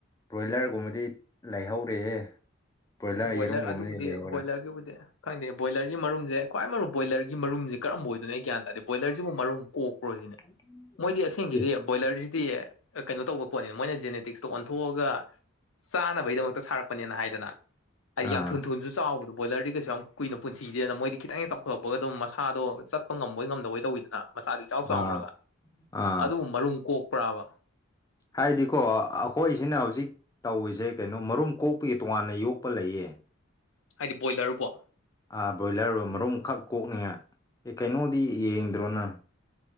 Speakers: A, on the left; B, on the left.
A: ꯕꯣꯏꯂꯔꯒꯨꯝꯕꯗꯤ ꯂꯩꯍꯧꯔꯦꯍꯦ ꯕ꯭ꯔꯣꯏꯂꯔ
B: ꯕꯣꯏꯂꯔ
A: ꯌꯦꯔꯨꯝꯒꯨꯝꯕꯗꯤ
B: ꯑꯗꯨꯕꯨꯗꯤ
A: ꯂꯩꯍꯧꯔꯦ
B: ꯕꯣꯏꯂꯔꯒꯤꯕꯨꯗꯤ ꯈꯪꯗꯦ ꯕꯣꯏꯂꯔꯒꯤ ꯃꯔꯨꯝꯁꯦ ꯈ꯭ꯋꯥꯏ ꯃꯔꯨꯝ ꯕꯣꯏꯂꯔꯒꯤ ꯃꯔꯨꯝꯁꯦ ꯀꯔꯝꯕ ꯑꯣꯏꯗꯨꯅꯣ ꯑꯩ ꯒ꯭ꯌꯥꯟ ꯇꯥꯔꯗꯤ ꯕꯣꯏꯔꯕꯨ ꯃꯔꯨꯝ ꯀꯣꯛꯄ꯭ꯔꯣꯁꯤꯅꯦ
A: <unintelligible> <inaudible>
B: ꯃꯣꯏꯗꯤ ꯑꯁꯦꯡꯒꯤꯗꯤ
A: ꯑꯦ
B: ꯕꯣꯏꯂꯔꯁꯤꯗꯤ ꯀꯩꯅꯣ ꯇꯧꯕ ꯄꯣꯠꯅꯤꯅ ꯃꯣꯏꯅ ꯖꯦꯅꯦꯇꯤꯛꯁꯇ ꯑꯣꯟꯊꯣꯛꯑꯒ ꯆꯥꯅꯕꯒꯤꯗꯃꯛꯇ ꯁꯥꯔꯛꯄꯅꯦꯅ ꯍꯥꯏꯗꯅ ꯍꯥꯏꯗꯤ
A: ꯑꯥ
B: ꯌꯥꯝ ꯊꯨꯁꯨ ꯆꯥꯎꯕꯣ ꯕꯣꯏꯔ ꯀꯩꯁꯨ ꯌꯥꯝ ꯀꯨꯏꯅ ꯄꯨꯟꯁꯤꯗ ꯃꯣꯏꯗꯤ ꯈꯤꯇꯪ ꯆꯥꯎ ꯊꯣꯛꯂꯛꯄꯒ ꯑꯗꯨꯝ ꯃꯁꯥꯗꯣ ꯆꯠꯄ ꯉꯝꯕꯣꯏ ꯉꯝꯗꯕꯣꯏ ꯇꯧꯋꯤꯗꯅ ꯃꯁꯥꯗꯤ ꯆꯥꯎ ꯆꯥꯎꯔꯒ
A: ꯑꯥ ꯑꯥ
B: ꯑꯗꯨꯕꯨ ꯃꯔꯨꯝ ꯀꯣꯛꯄ꯭ꯔꯥꯕ
A: ꯍꯥꯏꯗꯤꯀꯣ ꯑꯩꯈꯣꯏꯁꯤꯅ ꯍꯧꯖꯤꯛ ꯇꯧꯏꯁꯦ ꯀꯩꯅꯣ ꯃꯔꯨꯝ ꯀꯣꯛꯄꯒꯤ ꯇꯣꯉꯥꯟꯅ ꯌꯣꯛꯄ ꯂꯩꯌꯦ
B: ꯍꯥꯏꯗꯤ ꯕꯣꯏꯂꯔꯕꯣ
A: ꯑꯥ ꯕꯣꯏꯂꯔ ꯃꯔꯨꯝꯈꯛ ꯀꯣꯛꯅꯤꯉꯥꯏ ꯀꯩꯅꯣꯗꯤ ꯌꯦꯡꯗ꯭ꯔꯣ ꯅꯪ